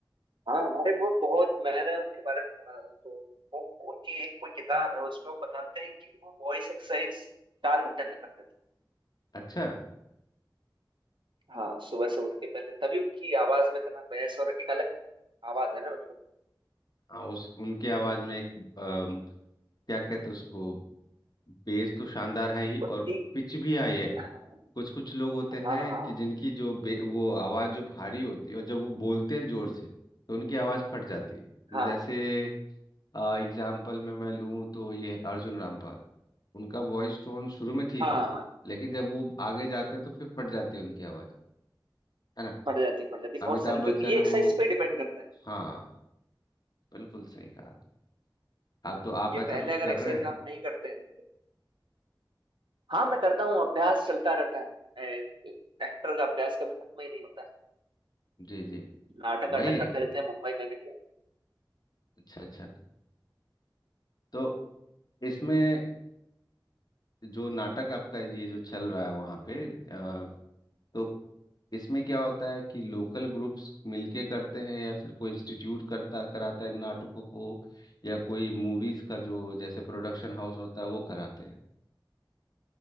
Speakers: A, on the right; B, on the left.
A: हाँ अरे वो बहुत मैंने उनके बारे में पढ़ा था, तो वो उनकी एक कोई किताब है उसमें वो बताते हैं कि वो वॉइस एक्सरसाइज चार घंटे तक करते थे
B: अच्छा
A: हाँ सुबह से उठ के पहले तभी उनकी आवाज में इतना बहस और एक अलग आवाज है ना बिल्कुल
B: हाँ उस उनके आवाज में एक अम, क्या कहते हैं उसको बेस तो शानदार है ही और
A: उतनी
B: पिच भी आई है
A: हाँ
B: कुछ कुछ लोग होते हैं
A: हाँ
B: कि जिनकी जो बे, वो आवाज जो भारी होती है और जब वो बोलते हैं जोर से तो उनकी आवाज फट जाती है
A: हाँ
B: जैसे एग्जाम्पल में मैं लूँ तो ये अर्जुन रामपाल उनका वॉइस टोन शुरू में ठीक
A: हाँ
B: है लेकिन जब वो आगे जाते हैं तो फिर फट जाती है उनकी आवाज़ है ना
A: पड़ जाती पड़ जाती बहुत
B: अमिताभ
A: सारी क्योंकि
B: बच्चन
A: ये
B: है
A: एक्सरसाइज
B: वो
A: पे डिपेंड करता है
B: हाँ बिल्कुल सही कहा आपने हाँ तो आप
A: ये
B: ऐसा
A: पहले
B: कुछ
A: अगर
B: कर
A: एक्सरसाइज
B: रहे हैं
A: आप नहीं करते हैं हाँ मैं करता हूँ अभ्यास चलता रहता है एक्टर का अभ्यास कभी खत्म ही नहीं होता
B: जी जी
A: नाटक
B: वही
A: आटक
B: है
A: करते रहते हैं मुंबई में भी
B: अच्छा अच्छा तो इसमें जो नाटक आपका ये जो चल रहा है वहाँ पे अ, तो इसमें क्या होता है कि लोकल ग्रुप्स मिलके करते हैं या फिर कोई इंस्टीट्यूट करता कराता है इन नाटकों को या कोई मूवीज का जो जैसे प्रोडक्शन हाउस होता है वो कराते हैं